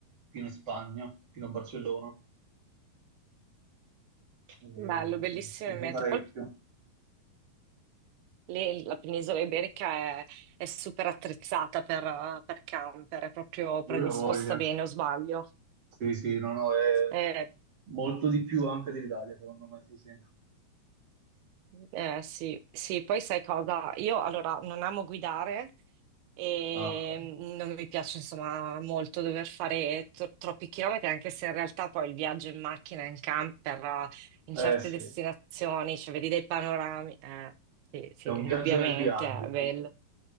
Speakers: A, on the right; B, on the right.
A: fino in Spagna, fino a Barcellona. Eh,
B: Bello, bellissime
A: sì, mi piace
B: mete.
A: parecchio,
B: Poi lì la penisola iberica è, è super attrezzata per, per camper, è proprio predisposta
A: Eh, ho voglia.
B: bene, o sbaglio?
A: Sì, sì, no, no, è
B: Eh,
A: molto di più anche dell'Italia, secondo me, sì, sì.
B: Eh, sì, sì, poi sai cosa? Io allora non amo guidare e
A: Ah, ok.
B: mm, non mi piace insomma molto dover fare tro- troppi chilometri, anche se in realtà poi il viaggio in macchina, in camper, eh, in
A: Eh
B: certe
A: sì,
B: destinazioni, cioè vedi dei panorami, eh, sì, sì,
A: è un
B: indubbiamente
A: viaggio nel viaggio,
B: è bello.
A: sì, sì.